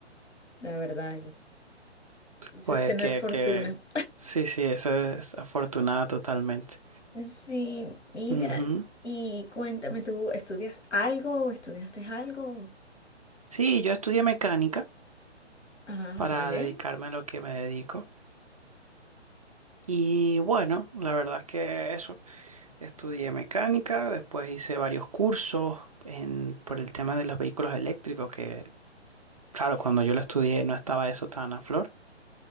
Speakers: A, on the left; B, on the right.
A: la verdad. Eso
B: Pues
A: es tener
B: que,
A: fortuna.
B: que, sí, sí, eso es afortunada totalmente.
A: Sí, mira,
B: Ujú.
A: y cuéntame, ¿tú estudias algo o estudiaste algo?
B: Sí, yo estudié mecánica
A: Ah,
B: para
A: vale,
B: dedicarme a lo que me dedico. Y bueno, la verdad es que eso. Estudié mecánica, después hice varios cursos en, por el tema de los vehículos eléctricos, que claro, cuando yo lo estudié no estaba eso tan a flor.